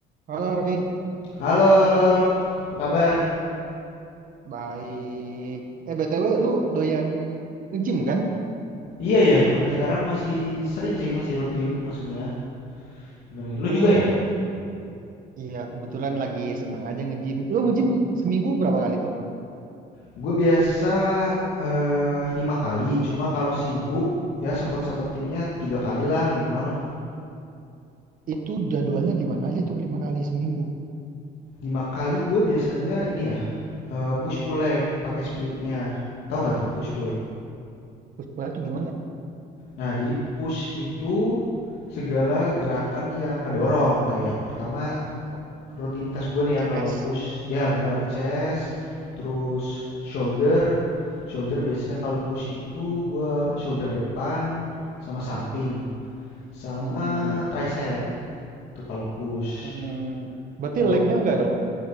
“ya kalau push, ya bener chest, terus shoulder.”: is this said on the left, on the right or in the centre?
Left